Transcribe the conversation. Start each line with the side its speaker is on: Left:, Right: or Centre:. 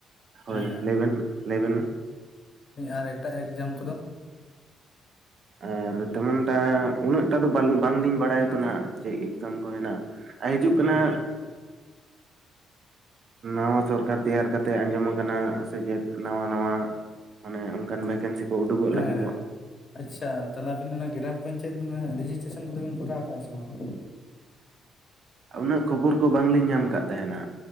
Right: ᱦᱳᱭ
Left: ᱦᱮᱸ
Right: ᱞᱟᱹᱭ ᱵᱮᱱ ᱞᱟᱹᱭ ᱵᱮᱱ ᱢᱟ
Left: ᱟᱨ ᱮᱴᱟᱜ ᱮᱠᱡᱟᱢ ᱠᱚᱫᱚ
Right: ᱟᱨ ᱛᱮᱢᱚᱱ ᱴᱟ ᱩᱱᱟᱹᱜ ᱴᱟ ᱫᱚ ᱵᱟᱝ ᱞᱤᱧ ᱵᱟᱲᱟᱭᱟ ᱛᱚ ᱱᱟᱜ ᱪᱮᱫ ᱮᱠᱡᱟᱢ ᱠᱚ ᱦᱮᱱᱟᱜ ᱦᱤᱡᱩᱜ ᱠᱟᱱᱟ
Left: ᱟᱪᱪᱷᱟ
Right: ᱱᱟᱣᱟ ᱥᱚᱨᱠᱟᱨ ᱛᱮᱭᱟᱨ ᱠᱟᱛᱮᱫ ᱟᱸᱡᱚᱢ ᱟᱠᱟᱱᱟ ᱥᱮ ᱪᱮᱫ ᱱᱟᱣᱟ ᱱᱟᱶᱟ ᱢᱟᱱᱮ ᱚᱱᱠᱟᱱ ᱵᱷᱮᱠᱮᱱᱥᱤ ᱠᱚ ᱩᱰᱩᱠ ᱚᱜ
Left: ᱦᱮᱸ
Right: ᱞᱟᱹᱜᱤ ᱫᱚᱜ
Left: ᱟᱪᱪᱷᱟ ᱛᱟᱦᱞᱮ ᱟᱵᱤᱱ ᱚᱱᱟ ᱜᱨᱟᱢ ᱯᱚᱧᱪᱟᱭᱮᱛ ᱨᱮᱡᱤᱥᱴᱨᱮᱥᱚᱱ ᱠᱚᱫᱚ ᱵᱤᱱ ᱠᱚᱨᱟᱣ ᱠᱟᱜᱼᱟ ᱥᱮ ᱵᱟᱝ
Right: ᱩᱱᱟᱹᱜ ᱠᱷᱚᱵᱚᱨ ᱠᱚ ᱵᱟᱝ ᱞᱤᱧ ᱧᱟᱢ ᱠᱟᱜ ᱛᱟᱦᱮᱱᱟ